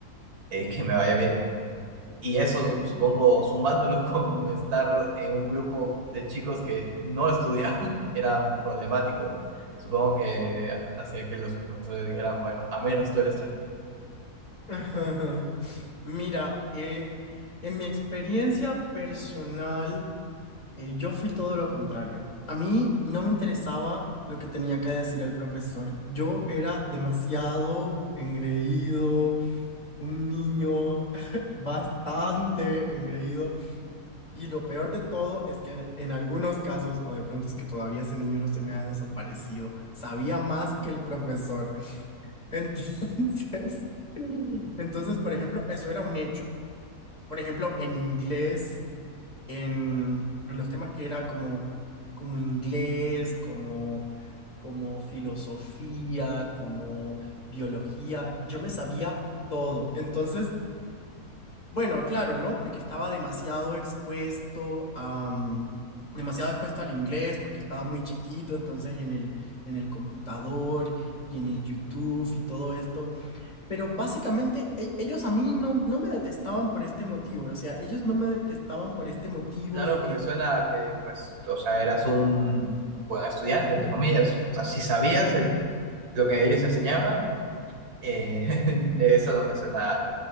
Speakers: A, on the right; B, on the left.
A: eh, que me vaya bien. Y eso, su- supongo, sumándolo <laughs> con estar en un grupo de chicos que no estudiaban, <laughs> eran problemáticos, supongo que hacía que los profesores dijeran, bueno, a menos tú eres tranquilo.
B: Ajá. Mira, eh, en mi experiencia personal, eh, yo fui todo lo contrario. A mí no me interesaba lo que tenía que decir el profesor. Yo era demasiado engreído, un niño <laughs> bastante engreído. Y lo peor de todo es que en, en algunos casos, o de pronto es que todavía ese niño no se me ha desaparecido, sabía más que el profesor. <laughs> Entonces... Entonces, por ejemplo, eso era un hecho por ejemplo, en inglés, en, en los temas que era como, como inglés, como, como filosofía, como biología, yo me sabía todo. Entonces, bueno, claro, ¿no? Porque estaba demasiado expuesto a, mm, demasiado expuesto al inglés, porque estaba muy chiquito, entonces en el, en el computador y en el YouTube y todo esto. Pero básicamente e- ellos a mí no, no me detestaban por este motivo, o sea, ellos no me detestaban por este motivo
A: Claro,
B: de
A: porque
B: que,
A: suena a que, pues, o sea, eras un buen estudiante, entre comillas. O sea, si sabías el- lo que ellos enseñaban, eh, <laughs> eso no me suena